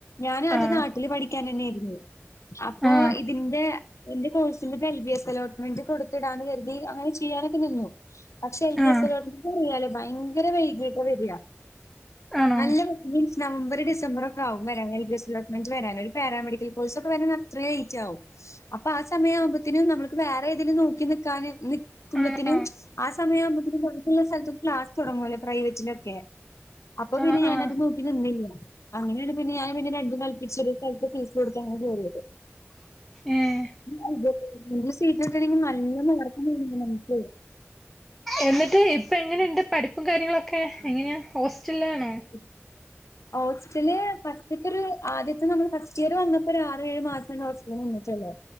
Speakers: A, on the left; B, in the centre.
A: ഞാൻ ആദ്യം
B: ആഹ്
A: നാട്ടില് പഠിക്കാൻ തന്നായിരുന്നു അപ്പൊ
B: ആഹ്
A: ഇതിന്റെ എന്റെ കോഴ്സിന്റെ എൽ ബി എസ് അലോട്ട്മെന്റ് കൊടുത്തിടാന്ന് കരുതി അങ്ങനെ ചെയ്യാനൊക്കെ നിന്നു പക്ഷെ എൽ ബി
B: ആഹ്
A: എസ് അലോട്ട്മെന്റ് അറിയാലോ ഭയങ്കര വൈകിട്ടാ വരിക
B: ആണോ
A: നല്ല മീൻസ് നവംബർ ഡിസംബർ ഒക്കാവും വരാൻ L B S allotment വരാൻ ഒരു പാരാമെഡിക്കൽ കോഴ്സ് ഒക്കെ വര അത്ര ലേറ്റ് ആകും അപ്പൊ ആ സമയ ആവുമ്പത്തനും നമ്മക്ക് വേറെ ഏതിലും നോക്കി നിക്കാന് നിൽക്കുമ്പത്തിനും
B: ആണോ
A: ആ സമയ ആവുമ്പോത്തിനും കുറേ സ്ഥലത്തും ക്ലാസ് തുടങ്ങല്ലെ പ്രൈവറ്റ് ത്തിലൊക്കെ അപ്പൊ
B: ആഹ്
A: പിന്നെ ഞാനത്
B: ആഹ്
A: നോക്കി നിന്നില്ല അങ്ങനെയാണ് പിന്നെ ഞൻ പിന്നെ രണ്ടും കൽ പിച്ചൊരു ഒരു സ്ഥലത്ത് ഫീസ് കൊടുത്താണ് ഞാൻ കേറിയത്
B: ഏഹ്
A: എയ്ഡഡ് സീറ്റ്ട്ടണെങ്കിൽ നല്ല മാർക് വേണം നമുക്ക്
B: എന്നിട്ട് ഇപ്പ എങ്ങനെയുണ്ട് പഠിപ്പും കാര്യങ്ങളൊക്കെ എങ്ങനെയാ ഹോസ്റ്റലിലാണോ
A: ഉം ഹോസ്റ്റില് ഫസ്റ്റത്തൊരു ആദ്യത്തെ നമ്മൾ ഫസ്റ്റ് ഇയർ വന്നപ്പോ ഒരു ആറ് ഏഴ് മാസം ഹോസ് ലിൽ നിന്നിട്ടുള്ളു